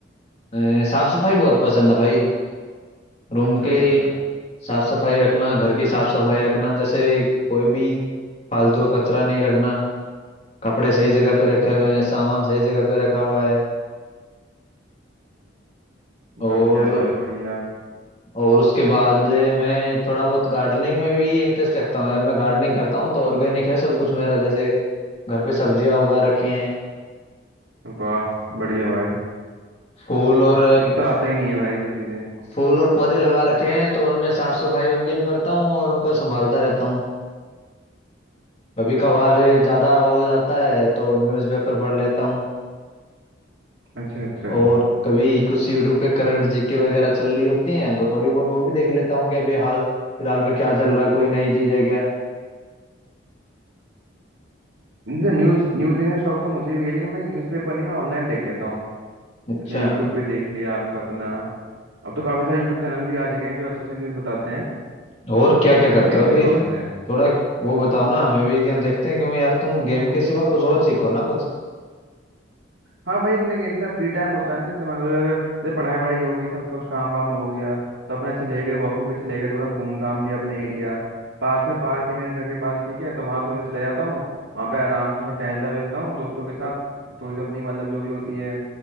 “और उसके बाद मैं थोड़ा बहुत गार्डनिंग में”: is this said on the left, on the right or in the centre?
Left